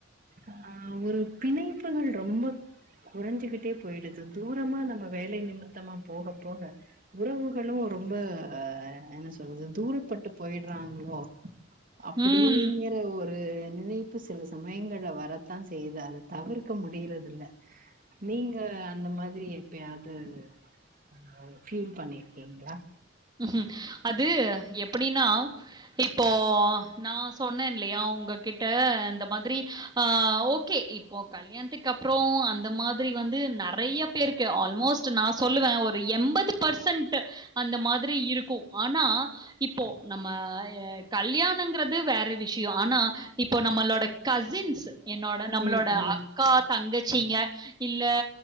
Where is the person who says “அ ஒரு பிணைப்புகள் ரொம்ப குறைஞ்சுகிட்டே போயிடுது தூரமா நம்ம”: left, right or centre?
Right